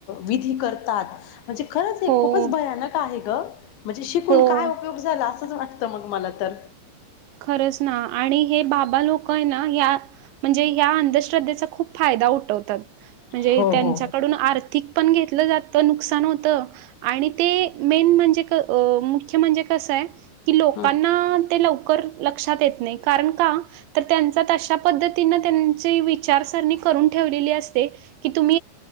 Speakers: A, on the left (about 80°); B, on the right (about 80°).
A: विधी करतात. म्हणजे खरंच हे
B: हो.
A: खूपच भयानक आहे ग म्हणजे शिकून
B: हो.
A: काय उपयोग झाला असंच वाट.. त मग मला तर.
B: खरंच ना आणि हे बाबा लोक आहे ना या.. म्हणजे ह्या अंधश्रद्धेचा खूप फायदा उठवतात. म्हणजे
A: हो
B: त्यांच्याकडून
A: हो
B: आर्थिक पण घे.. त जात नुकसान होत आणि ते मेन म्हणजे मुख्य म्हणजे कसंय. कि लोकांना
A: हं
B: ते लवकर.. येत नाही कारण का त्यां पद्ती त्यां विचारसर.. ठेव अस क तुम्..